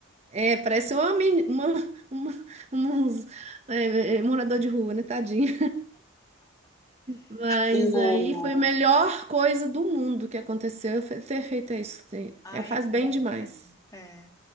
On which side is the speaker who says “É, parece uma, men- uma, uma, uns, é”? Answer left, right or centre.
Right